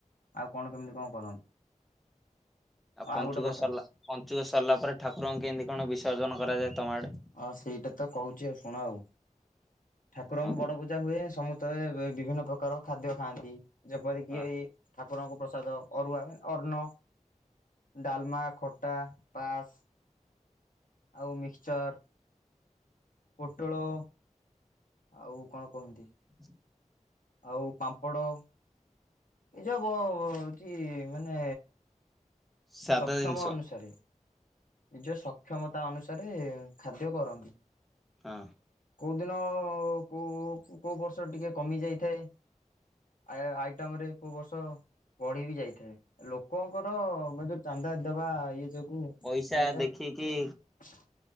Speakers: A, on the left; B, in the centre.
A: ଆଉ କଣ କେମିତି କଁ କରନ୍ତି?
B: ଆ ପଞ୍ଚୁକ
A: ଆଉ ଗୋଟେ କଥା
B: ସରିଲା ପଞ୍ଚୁକ ସରଲା ପରେ ଠାକୁରଙ୍କୁ କେମିତି କଣ ବିସର୍ଜନ କରାଯାଏ ତମ ଆଡେ?
A: ଅ ସେଇଟା ତ କହୁଛି ଆଉ ଶୁଣ ଆଉ। ଠାକୁରଙ୍କୁ
B: ହଁ
A: ବଡ ପୂଜା ହୁଏ ସମସ୍ତେ ଏ ବିଭିନ୍ନ ପ୍ରକାର ଖାଦ୍ୟ ଖାଆନ୍ତି ଯେପରି ଇଏ
B: ହଁ
A: ଏ ଏଇ ଠାକୁରଙ୍କ ପ୍ରସାଦ ଅରୁଆ ଏ ଅଣ୍ଣ। ଡାଲମା ଖଟା ପାସ୍ ଆଉ ମିକ୍ସଚର୍ ପୋଟୋଳୋ ଆଉ କଣ କୁହନ୍ତି?
B: <inaudible>
A: ଆଉ ପାମ୍ପଡ଼? ଏ ଯୋଉ ବ- ବ -ଅ ହଉଚି, ମାନେ
B: ସାଧା
A: ସକ୍ଷମ
B: ଜିନିଷ
A: ଅନୁସାରେ। ନିଜ ସକ୍ଷମତା ଅନୁସାରେ ଖାଦ୍ୟ କରନ୍ତି।
B: ହଁ।
A: କୋଉ ଦିନ କୋଉ- କୋଉ ବର୍ଷ ଟିକେ କମି ଯାଇଥାଏ। ଆଏ ଆଇଟମରେ। କୋଉ ବର୍ଷ ବଢି ବି ଯାଇଥାଏ। ଲୋକଙ୍କର <unintelligible> ଚାନ୍ଦା ଦବା ଇଏ ଯୋଗୁ
B: ପଇସା
A: ହେଇଥାଏ।
B: ଦେଖିକି